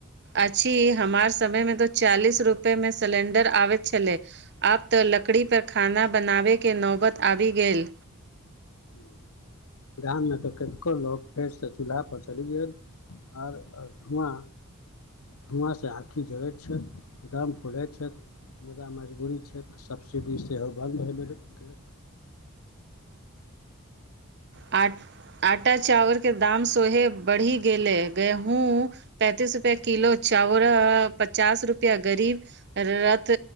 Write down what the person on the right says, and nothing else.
अछि हमार समय मे तो चालीस रुपए मे सिलेंडर आबैत छलै आब तऽ लकड़ी पर खाना बनाबे के नौबत आबि गेल
आ आटा चाबल दाम सोहे बढ़ि गेलै गेहूँ पैंतीस रुपए किलो चावरा आ पचास रुपैआ गरीब रथ